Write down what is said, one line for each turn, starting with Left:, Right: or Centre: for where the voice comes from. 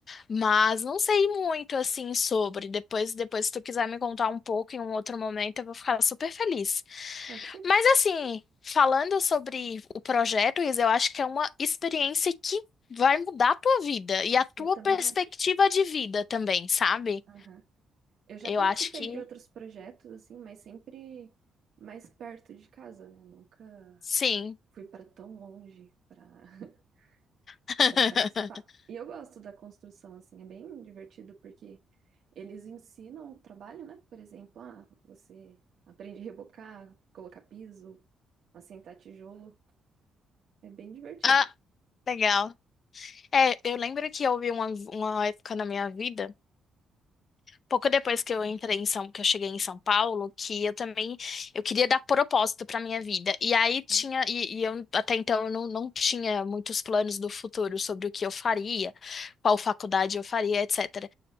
Left: Mas não sei muito assim sobre. Depois, depois, se tu quiser me contar um pouco em um outro momento, eu vou ficar super feliz.
Right: pode ser.
Left: Mas assim, falando sobre o projeto, Isa, eu acho que é uma experiência que vai mudar a tua vida e a tua
Right: Eu também
Left: perspectiva
Right: acho.
Left: de vida também, sabe?
Right: Aham. Eu já
Left: Eu
Right: participei
Left: acho que
Right: de outros projetos, assim, mas sempre mais perto de casa, né? Nunca
Left: sim.
Right: fui para tão longe para <laughs>
Left: <laughs>
Right: para participar. E eu gosto da construção, assim, é bem divertido porque eles ensinam o trabalho, né? Por exemplo, ah, você aprende a rebocar, colocar piso, assentar tijolo. É bem divertido.
Left: Ah, legal. É, eu lembro que houve uma, uma época na minha vida. pouco depois que eu entrei em São, que eu cheguei em São Paulo, que eu também eu queria dar propósito para minha vida. E aí tinha
Right: Uhum.
Left: e, e eu até então eu não, não tinha muitos planos do futuro sobre o que eu faria, qual faculdade eu faria, etc.